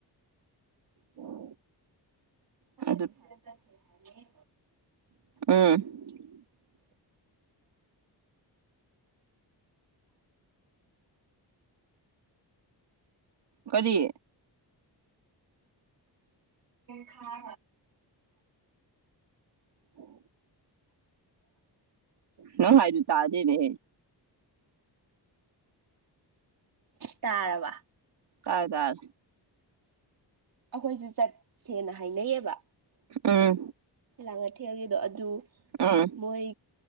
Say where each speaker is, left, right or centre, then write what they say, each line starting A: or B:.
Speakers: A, on the right; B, on the right.
A: ꯑꯣ ꯑ
B: ꯦ ꯍꯥꯏ
A: ꯎꯝ ꯀꯔꯤ
B: ꯈꯥ
A: ꯑꯣ ꯅ ꯍꯥꯏ ꯑꯗꯨ ꯇꯥꯖꯦ ꯔꯦ
B: ꯇꯥꯔꯔꯕ
A: ꯇꯥꯏ ꯇꯔ
B: ꯑꯩꯈꯣꯏꯁꯨ ꯆꯠꯁꯦꯅ ꯍꯥꯏꯅꯩꯌꯦꯕ
A: ꯑꯥ
B: ꯂꯥꯡꯅ ꯊꯦꯜꯦꯗꯣ ꯑꯗꯨ
A: ꯎꯝ
B: ꯃꯣꯏ